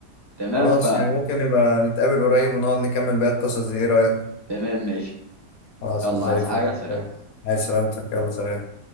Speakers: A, on the right (about 20°); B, on the left (about 65°).
A: تمام
B: خلاص
A: ف
B: يعني ممكن نبقى نتقابل قريب ونقعد نكمل باقي القصص دي ايه رايك
A: تمام ماشي
B: خلاص
A: يلا
B: زي
A: عايز
B: الفل
A: حاجة سلام
B: عايز سلامتك يلا سلام